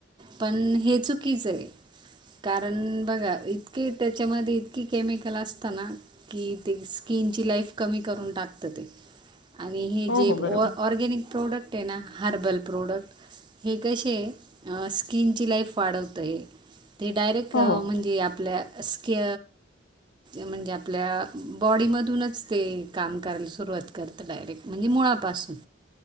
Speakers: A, on the right (about 25°); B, on the left (about 65°).
A: पण हे चुकीच आहे. कारण बघा इतके त्याच्यामध्ये इतकीे केमिकल असत ना कि ते स्कीिनची लाईफ कमी करून टाकत ते. आणि हे जे
B: हो हो
A: ऑर्गॅनिक
B: बरोबर
A: प्रोडक्ट आहे ना हर्बल प्रोडक्ट हे कसे स्किनची लाईफ वाढवतय. ते डायरेक्ट
B: हो हो
A: म्हणजे आपल्या स्कि म्हणजे आपल्या बॉडीमधूनच ते काम करायला सुरुवात करत डायरेक्ट म्हणजे मुळापासून